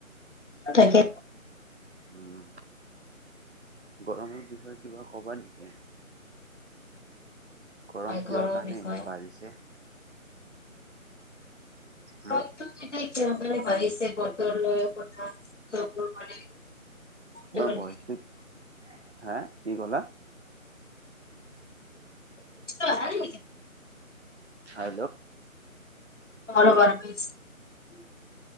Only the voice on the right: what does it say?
উম, গৰমৰ বিষয়ে কিবা ক'বা নেকি। গৰম
কিহৰ
কাৰণে
ইমান বাঢ়িছে।
উম
তোমাৰ
ভইচটো, হে। কি ক'লা।
হেল্ল'।